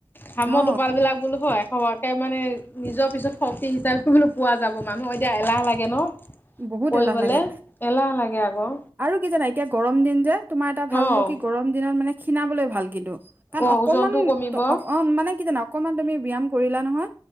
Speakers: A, on the left; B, on the right.
A: ঘামৰ
B: অ
A: টোপাল বিলাক বোলো হয় হোৱাকে মানে নিজৰ পিছত শক্তি হিচাপটো বোলো পোৱা যাব মানুহ হৈত তিয়া এলাহ লাগে ন'
B: বহুত
A: কৰিবলে,
B: এলাহ লাগে
A: এলাহ লাগে আকৌ।
B: আৰু কি জানা এতিয়া গৰম দিন যে তোমাৰ এটা
A: অ'
B: ভাল হ'ব কি গৰম দিনত মানে খীণাবলৈ ভাল কিন্তু। কাণ
A: অ'
B: অকমমান
A: ওজনটো
B: ত,
A: কমিব
B: অন মানে কি জানো অকমান তুমি ব্যয়ায়াম কৰিলা নহয়।